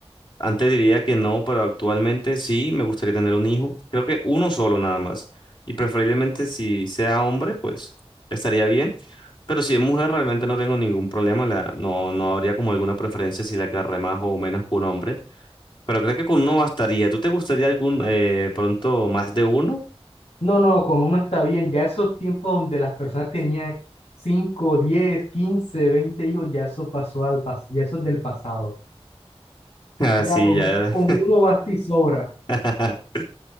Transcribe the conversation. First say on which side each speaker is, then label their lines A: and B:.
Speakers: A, on the left (about 50°); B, on the left (about 65°).
A: antes diría que no, pero actualmente sí, me gustaría tener un hijo. Creo que uno solo nada más. Y preferiblemente si sea hombre, pues estaría bien. Pero si es mujer, realmente no tengo ningún problema. La, no, no habría como alguna preferencia si la agarré más o menos que un hombre. Pero creo que con uno bastaría. ¿Tú te gustaría algún eh, pronto más de uno? <laughs>
B: No, no, con uno está bien. Ya esos tiempos donde las personas tenían 5, 10, 15, 20 hijos, ya eso pasó al pasado, ya eso es del pasado.
A: Ah,
B: Ya
A: sí,
B: con,
A: ya.
B: con uno basta y sobra.
A: <laughs>